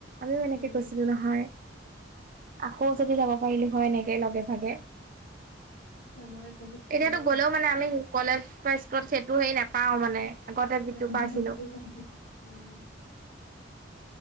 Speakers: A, on the right (about 45°); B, on the left (about 65°).
A: আমিও এনেকে
B: উম
A: গৈছিলো নহয়, আকৌ যদি যাব পাৰিলো হয় এনেকে লগে ভাগে
B: সময় বহুত
A: এতিয়াতো
B: মানে
A: গ'লেও মানে আমি কলেজ বা স্কুলত সেইটো হেৰি নেপাওঁ মানে। আগতে যিটো
B: <unintelligible>
A: পাইছিলো।
B: উম